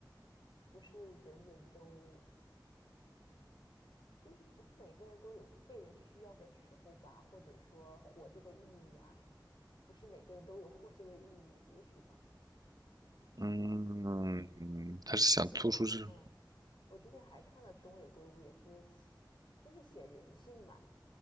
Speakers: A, on the left; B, on the right.
A: 不是人人都，就是不是每个人都有被人需要的时候吧，或者说活着的意义啊，不是每个人都有活着的意义，也许吧。
B: 嗯嗯，
A: 嗯，
B: 他是想做出这种
A: 我之前，嗯，我之前还看了东野圭吾，也是写就是写人性嘛，